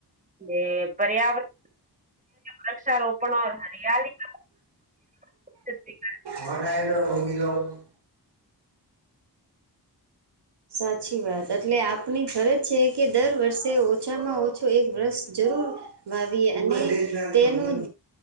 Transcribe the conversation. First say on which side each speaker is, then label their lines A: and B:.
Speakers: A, on the right; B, on the right.
A: કે પર્યાવરણ વૃક્ષારોપણ હરિયાળલી <inaudible>
B: <unintelligible> સાચી વાત એટલે આપની ખરજ છે, કે દર વર્ષે ઓછામાં ઓછો એક વર્ષ જરૂર વાવી અને તેનું